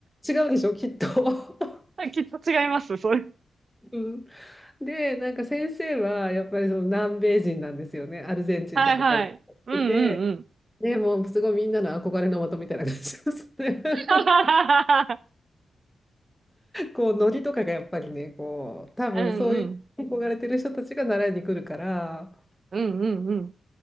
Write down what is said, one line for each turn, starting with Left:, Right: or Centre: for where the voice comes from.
Centre: 違うでしょ、きっと。<laughs>
Right: い。<laughs> きっと違います、それ。
Centre: うん、で、なんか先生はやっぱりその南米人なんですよね。アルゼンチンとかから来てて。
Right: はい、はい。うん、うん、うん。
Centre: でもうすごいみんなの憧れの的みたいな感じですね。
Right: <laughs>
Centre: <laughs> こうノリとかがやっぱりね、こう多分そういう憧れてる人たちが習いに来るから、
Right: うん、うん。うん、うん、うん。